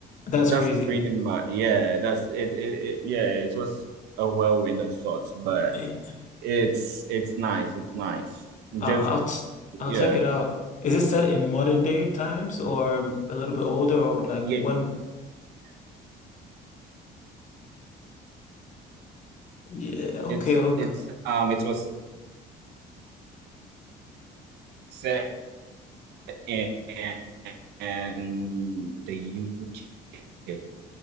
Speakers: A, on the left; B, on the right.
A: That's
B: That's
A: crazy.
B: pretty much, yeah. That's it, it, it. Yeah, it was a whirlwind of sorts, but
A: Eh,
B: it's it's nice. It's nice.
A: I'll,
B: Just
A: I'll ch- I'll
B: yeah.
A: check it out. Is it set in modern day times or a little bit older or like
B: Yeah.
A: when? Yeah, okay,
B: It's
A: okay.
B: it's um it was set in, in the UK.